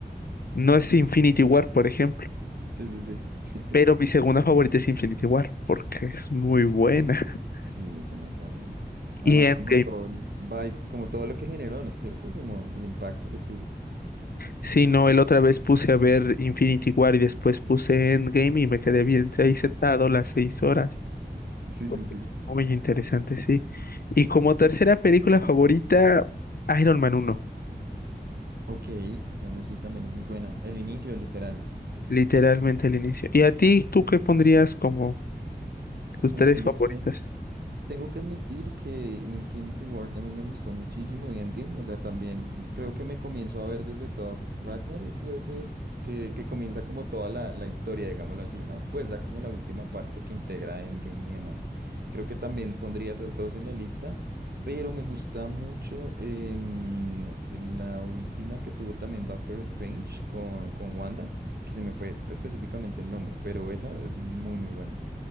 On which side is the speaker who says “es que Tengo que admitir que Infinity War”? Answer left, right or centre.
Right